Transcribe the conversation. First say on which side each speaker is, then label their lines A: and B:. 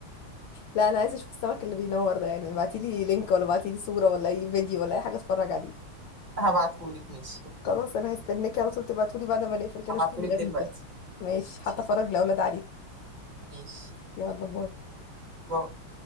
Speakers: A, on the left; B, on the right.
A: لا انا عايزه اشوف السمك اللي بينور ده يعني ابعتيلي لينك ولا ابعتيلي صوره ولا اي فيديو ولا اي حاجه اتفرج عليه
B: <laughs> هبعتهولك ماشي اوكي
A: خلاص انا هستناكي على طول تبعتولي بعد ما نقفل كده
B: هبعتهولك
A: اشوف الغريب
B: دلوقتي
A: ده ماشي حتى
B: ماشي
A: اتفرج لاولاد عليه
B: ماشي
A: يلا باي
B: باي.